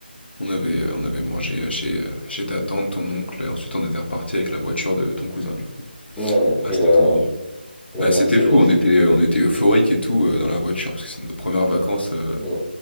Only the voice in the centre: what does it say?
Ouais, on a pris
la,
la
Mercedes.
Mm.